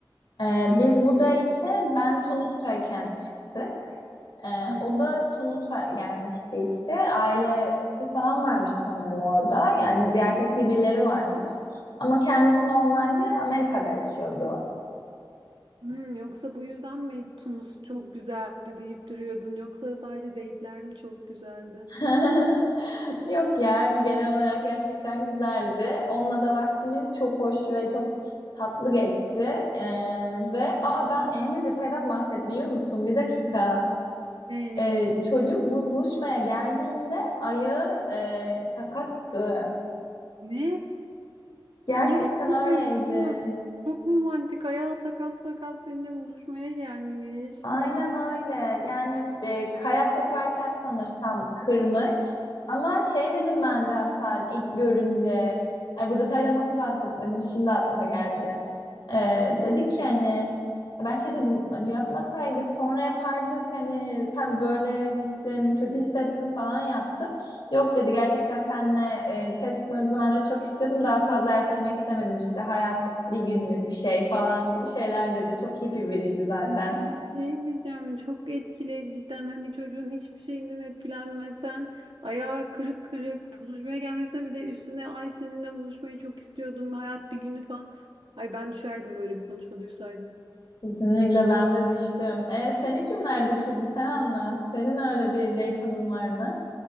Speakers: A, on the left; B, on the right.
A: Ee, biz bu date'e ben Tunus'tayken çıktık. Ee,
B: Hı
A: o
B: hı.
A: da Tunus'a gelmişti işte. Ailesi falan varmış sanırım orada. Yani ziyaret ettiği birileri varmış. Ama kendisi normalde Amerika'da yaşıyordu.
B: Hmm, yoksa bu yüzden mi Tunus çok güzeldi deyip duruyordun? Yoksa sadece date'ler mi çok güzeldi?
A: <laughs> Yok yani genel olarak gerçekten güzeldi. Onunla da vaktimiz çok hoş ve çok tatlı geçti. Ee, ve aa ben en büyük detaydan bahsetmeyi unuttum. Bir dakika.
B: Ne?
A: Ee, çocuk bu buluşmaya geldiğinde ayağı e, sakattı.
B: Ne?
A: Gerçekten
B: Ya inanmıyorum.
A: öyleydi.
B: inanmıyorum. Çok romantik. Ayağı sakat sakat seninle buluşmaya gelmiş.
A: Aynen
B: Ya.
A: öyle. Yani e, kayak yaparken sanırsam kırmış. Ama şey dedim ben de hatta ilk görünce. Ay bu detayda nasıl bahsetmedim şimdi aklıma geldi. E, dedik ki hani ben şey dedim hani yapmasaydık sonra yapardık hani sen böylemişsin kötü hissettim falan yaptım. Yok dedi gerçekten senle e, dışarı çıkmayı o zamanları çok istiyordum daha fazla ertelemek istemedim işte hayat bir günlük bir şey falan gibi şeyler dedi. Çok hippie biriydi zaten.
B: Bir şey diyeceğim çok etkileyici cidden hani çocuğun hiçbir şeyinden etkilenmesen ayağı kırık kırık buluşmaya gelmesine bir de üstüne ay seninle buluşmayı çok istiyordum hayat bir günlük falan. Ay ben düşerdim böyle bir konuşma duysaydım.
A: Kesinlikle ben de düştüm. E, seni kimler düşürdü? Sen anlat. Senin öyle bir date anın var mı?